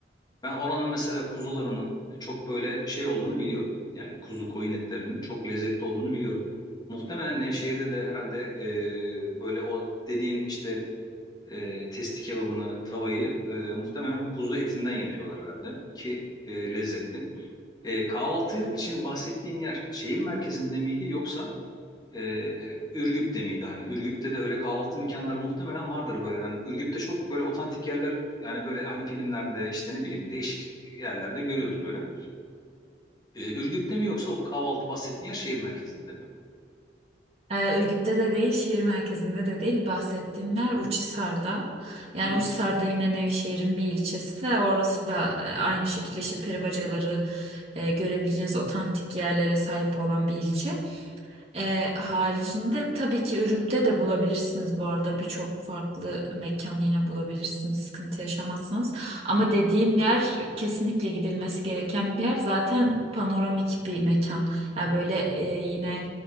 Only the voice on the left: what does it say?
Ben oranın mesela kuzularının çok böyle şey olduğunu biliyorum. Yani kuzu koyun etlerinin çok lezzetli olduğunu biliyorum. Muhtemelen Nevşehir'de de herhalde e, böyle o dediğin işte e, testi kebabını, tavayı e, muhtemelen kuzu etinden yapıyorlar herhalde ki e, lezzetli. E, kahvaltı için bahsettiğin yer şehir merkezinde miydi yoksa e, Ürgüp'te miydi? Hani Ürgüp'te de öyle kahvaltı mekanları muhtemelen vardır böyle. Ben Ürgüp'te çok böyle otantik yerler yani böyle hani filmlerde işte ne bileyim değişik yerlerde görüyoruz böyle. E, Ürgüp'te mi yoksa o kahvaltı bahsettiğin yer şehir merkezinde mi?
Hmm.